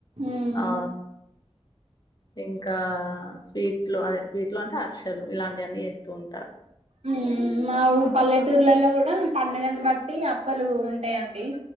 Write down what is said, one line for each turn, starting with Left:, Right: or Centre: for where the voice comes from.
Right: ఉమ్
Left: ఆ ఇంకా స్వీట్ లో అదే స్వీట్ లో అంటే అరిశలు ఇలాంట్ టని చేేస్తూ ఉంటారు
Right: ఉమ్ మా ఊ పల్లెటూర్లలో కూడా పండుగను బట్టి అప్పలు ఉంటాయండి